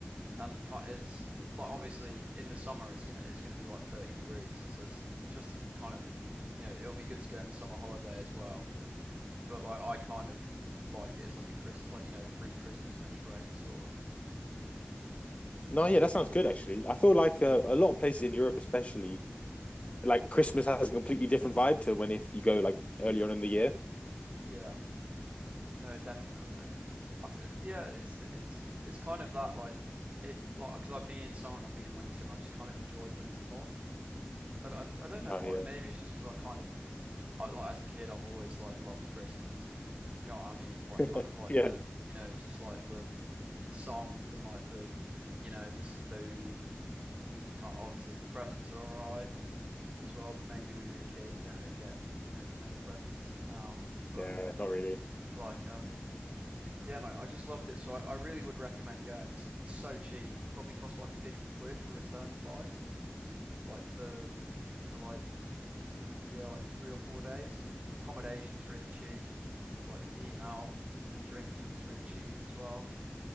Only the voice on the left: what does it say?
No, yeah, that sounds good actually. I feel like uh, a lot of places in Europe, especially, like Christmas has a completely different vibe to when if you go like earlier on in the year.
No,
yeah,
<laughs>
yeah,
yeah, not really.